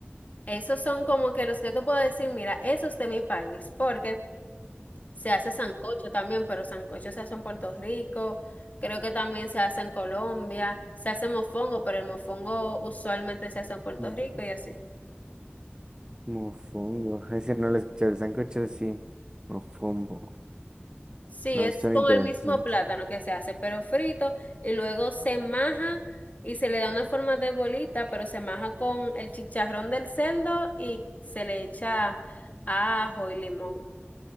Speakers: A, on the left; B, on the right.
A: esos son como que los que tú puedes decir, mira, esos de mi país, porque se hace sancocho también, pero sancocho se hace en Puerto Rico, creo que también se hace en Colombia, se hace mofongo, pero el mofongo usualmente se hace en Puerto
B: Ujú.
A: Rico y así.
B: Mofongo, ese no lo escuché, el sancocho sí, mofongo,
A: Sí,
B: no,
A: es
B: suena
A: con
B: interesante,
A: el mismo plátano que se hace, pero frito, y luego se maja y se le da una forma de bolita, pero se maja con el chicharrón del cerdo y se le echa ajo y limón.